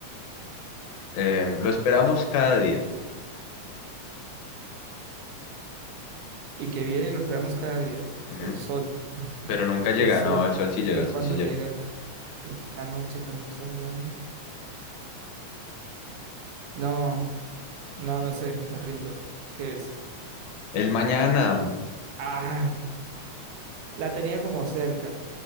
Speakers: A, on the left; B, on the right.
A: em, lo esperamos cada día.
B: y que viene y lo esperamos cada día.
A: Ujú.
B: El sol.
A: Pero nunca llega.
B: El sol,
A: No, el sol
B: el
A: sí llega,
B: sol
A: el
B: cuando
A: sol sí llega.
B: llega la, la noche, cuando sale la luna. No, no, no sé, me rindo. ¿Qué es?
A: El mañana.
B: Ah, la tenía como cerca.